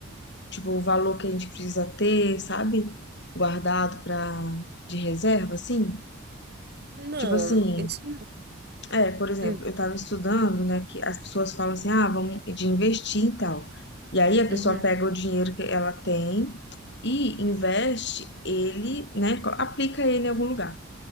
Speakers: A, on the left; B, on the right.
A: Tipo, o valor que a gente precisa ter, sabe? Guardado para de reserva, assim.
B: não,
A: Tipo assim,
B: isso não.
A: é, por exemplo,
B: Hum,
A: eu tava estudando, né, que as pessoas falam assim, ah, vamos de investir e tal. E aí a pessoa
B: Uhum,
A: pega o dinheiro que ela tem e investe ele, né, co- aplica ele em algum lugar.